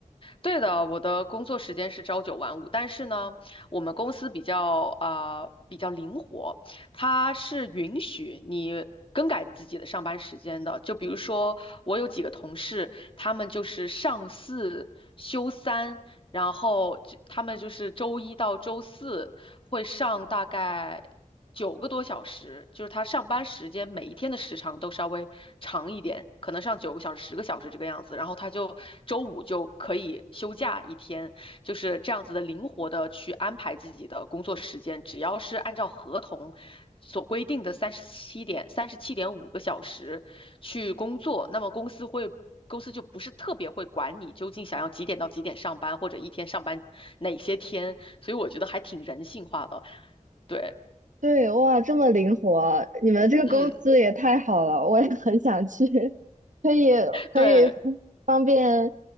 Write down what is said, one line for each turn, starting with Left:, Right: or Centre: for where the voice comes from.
Left: 对的，我的工作时间是朝九晚五，但是呢，我们公司比较啊、呃比较灵活，它是允许你更改自己的上班时间的。就比如说，我有几个同事，他们就是上四休三，然后就他们就是周一到周四。会上大概九个多小时，就是他上班时间每一天的时长都稍微长一点，可能上九个小时、十个小时这个样子。然后他就周五就可以休假一天，就是这样子的灵活的去安排自己的工作时间，只要是按照合同所规定的三十七点三十七点五个小时去工作，那么公司会。公司就不是特别会管你究竟想要几点到几点上班，或者一天上班哪些天，所以我觉得还挺人性化的。对，
Right: 对，哇，这么灵活，你们这个公司也太好了，
Left: 嗯，
Right: 我也 <laughs> 很想去。<laughs> 可以可以
Left: 对，
Right: 方便